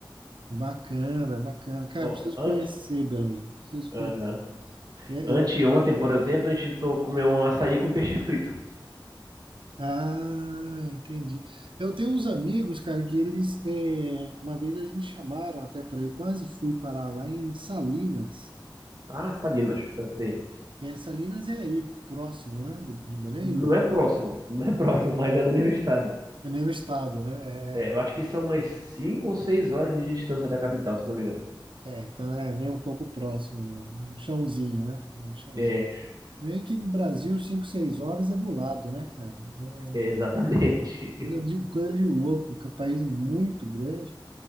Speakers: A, on the right; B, on the right.
A: bacana, bacana. Cara,
B: Ó,
A: preciso
B: antes,
A: conhecer Belém, preciso
B: aham.
A: conhecer. É,
B: Anteontem,
A: eu
B: por exemplo, a gente to- comeu um açaí com peixe frito.
A: Ah, entendi. Eu tenho uns amigos, cara, que eles, é, uma vez eles me chamaram até para eu quase fui parar lá em Salinas.
B: Ah, Salinas, eu sei.
A: É, Salinas é aí próximo, né, do- de Belém,
B: Não
A: não?
B: é próximo, não é <laughs> próximo, mas é no mesmo estado.
A: É mesmo estado, né?
B: É,
A: É,
B: eu acho que são umas 5 ou 6 horas de distância da capital, se eu não me engano.
A: é, é, então é nem um pouco próximo, não. um chãozinho, né? É Um chãozinho.
B: É,
A: Vem que no Brasil, 5, 6 horas é do lado, né, cara? É
B: é exatamente.
A: Coisa de, coisa de louco, que é um país muito grande.